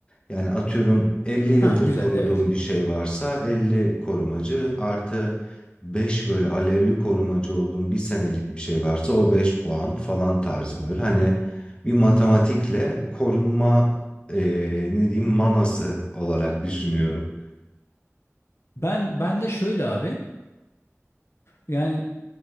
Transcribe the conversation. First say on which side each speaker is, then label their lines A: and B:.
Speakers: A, on the left (about 20°); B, on the left (about 60°).
A: Yani atıyorum 50
B: Ha
A: yıldır
B: güzel
A: koruduğum
B: evet.
A: bir şey varsa 50 korumacı artı 5 böyle alevli korumacı olduğum bir senelik bir şey varsa o 5 puan falan tarzı böyle. Hani bir matematikle korunma e, ne diyeyim manası olarak düşünüyorum.
B: Ben ben de şöyle abi yani